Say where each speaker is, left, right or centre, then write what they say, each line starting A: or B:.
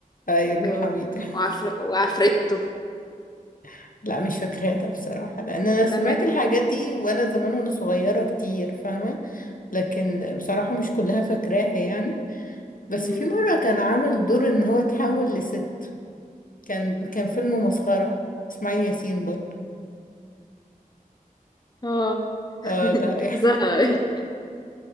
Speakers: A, on the left; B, on the left.
A: آه يا ابن
B: ده
A: حميد
B: وعفر... وعفرته
A: <laughs> لا مش فاكراه ده بصراحة لان انا سمعت
B: لما
A: الحاجات دي وانا زمان وانا صغيرة كتير فاهمة لكن بصراحة مش كلها فاكراها يعني بس
B: مم.
A: في مرة كان عامل دور ان هو اتحول لست كان كان فيلم مسخرة اسماعيل ياسين برضه
B: اه
A: اه ده
B: فظيع
A: <laughs>
B: أوي.